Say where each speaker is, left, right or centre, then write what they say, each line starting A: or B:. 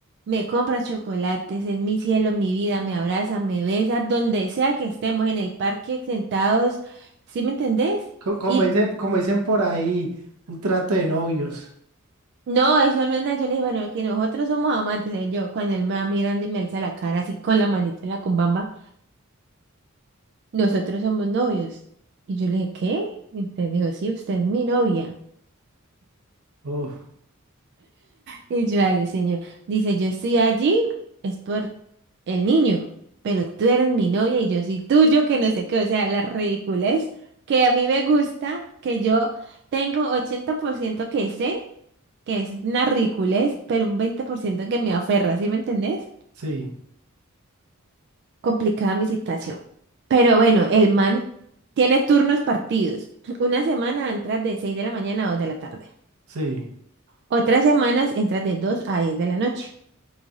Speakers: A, on the right; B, on the right.
A: me compra chocolates, es mi cielo, mi vida, me abraza, me besa, donde sea que estemos en el parque sentados, ¿sí me entendés?
B: Co- Como
A: y
B: dicen, como dicen por ahí, un trato de novios.
A: No, eso no es nada. Yo le dije, bueno, que nosotros somos amantes. le dije Yo, cuando él me va mirando y me alza la cara así con la manita en la cumbamba, nosotros somos novios. Y yo le dije, ¿qué? Entonces dijo, sí, usted es mi novia.
B: Uf,
A: Y yo, ahí, señor. Dice, yo estoy allí, es por el niño, pero tú eres mi novia y yo soy tuyo, que no sé qué. O sea, la ridiculez que a mí me gusta, que yo tengo 80% que sé, que es una ridiculez, pero un 20% que me aferra, ¿sí me entendés?
B: sí,
A: complicada mi situación. Pero bueno, el man tiene turnos partidos. Una semana entras de 6 de la mañana a 2 de la tarde.
B: sí,
A: Otras semanas entras de 2 a 10 de la noche.